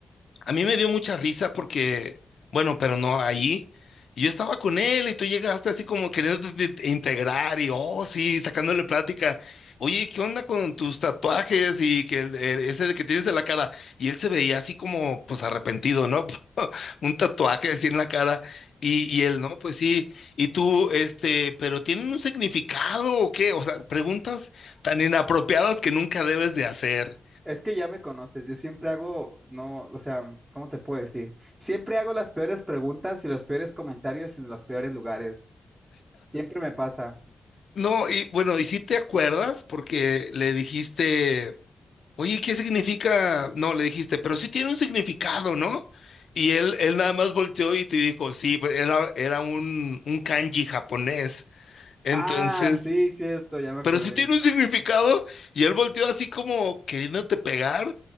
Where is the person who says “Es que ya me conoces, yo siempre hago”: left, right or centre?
Right